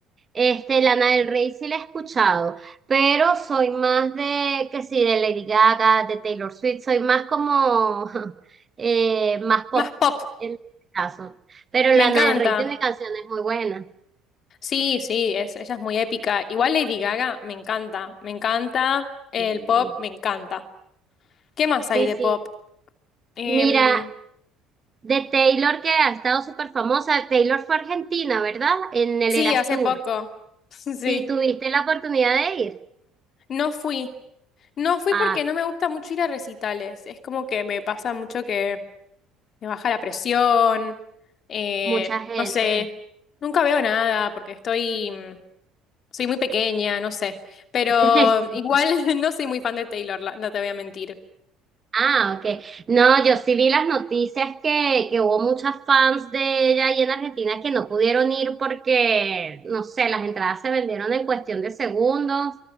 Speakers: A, on the right (about 30°); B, on the left (about 45°).
A: Este, Lana del Rey sí la he escuchado, pero soy más de, que sí, de Lady Gaga, de Taylor Swift, soy más como, <laughs> eh, más pop
B: más pop,
A: en este caso. Pero
B: me
A: Lana
B: encanta.
A: del Rey tiene canciones muy buenas.
B: Sí, sí, es, ella es muy épica. Igual Lady Gaga me encanta, me encanta. El
A: Sí,
B: pop me encanta. ¿Qué más hay
A: sí.
B: de
A: sí.
B: pop? Em,
A: Mira, De Taylor, que ha estado súper famosa. Taylor fue a Argentina, ¿verdad? En el
B: sí,
A: Eras
B: hace
A: Tour.
B: poco. <laughs> Sí,
A: Sí, tuviste la oportunidad de ir.
B: no fui. No fui
A: Ah,
B: porque no me gusta mucho ir a recitales. Es como que me pasa mucho que me baja la presión. eh,
A: mucha gente.
B: no sé, nunca veo nada porque estoy... mm, Soy muy pequeña, no sé. Pero
A: <laughs> Sí.
B: igual <laughs> no soy muy fan de Taylor, la- no te voy a mentir.
A: Ah, ok. No, yo sí vi las noticias que, que hubo muchas fans de ella ahí en Argentina que no pudieron ir porque, no sé, las entradas se vendieron en cuestión de segundos